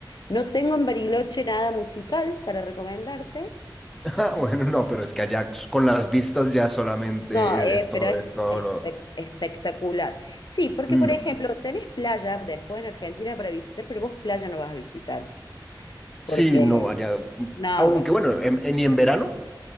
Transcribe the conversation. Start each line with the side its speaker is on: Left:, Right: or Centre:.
Left: No tengo en Bariloche nada musical para recomendarte,
Centre: <laughs> ah, bueno, no, pero es que allá s- con las vistas ya solamente
Left: no,
Centre: es,
Left: eh,
Centre: es todo,
Left: pero es
Centre: es todo
Left: espe-
Centre: lo...
Left: espectacular. Sí, porque
Centre: No.
Left: por ejemplo, tenés playa después en Argentina para visitar, pero vos playa no vas a visitar.
Centre: Sí,
Left: Porque,
Centre: no, allá,
Left: no,
Centre: aunque
Left: vos-
Centre: bueno, en- en- ni en verano,